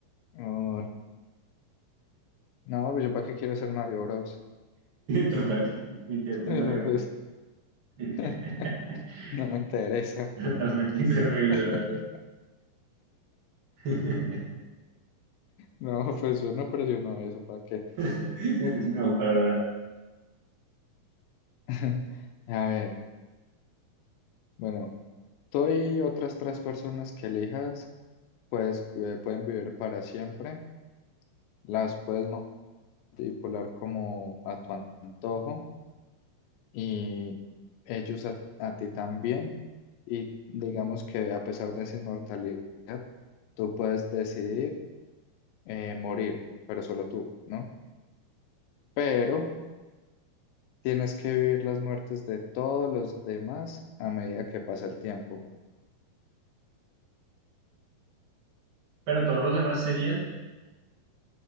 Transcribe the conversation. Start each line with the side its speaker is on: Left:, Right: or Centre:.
Left: Uy, no, pues yo para qué quiero ser Mario Bros.
Right: Total, mentirte
Left: Pero,
Right: en Mario Bros.
Left: Pues
Right: <laughs>
Left: <laughs> no me interesa.
Right: Totalmente inservible,
Left: <laughs>
Right: la verdad. <laughs>
Left: No, pues yo no presiono eso, ¿para qué?
Right: <laughs> No, para nada.
Left: <laughs> A ver, bueno, tú y otras tres personas que elijas, pues eh, pueden vivir para siempre, las puedes manipular como a tu antojo y ellos a, a ti también. Y digamos que a pesar de esa inmortalidad, tú puedes decidir eh, morir, pero solo tú, ¿no? pero tienes que vivir las muertes de todos los demás a medida que pasa el tiempo.
Right: Pero todos los demás serían,